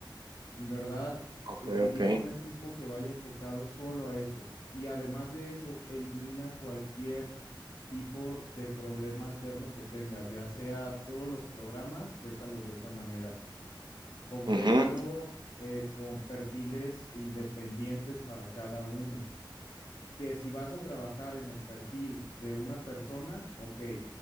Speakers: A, on the left; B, on the right.
A: En verdad,
B: ok,
A: utiliza
B: ok,
A: un equipo que vaya enfocado solo a eso. Y además de eso, elimina cualquier tipo de problema alterno que tengas, ya sea todos los programas, déjalos de esa manera concrétalo
B: ujú,
A: eh, con perfiles independientes para cada uno. Que si vas a trabajar en el perfil de una persona, ok,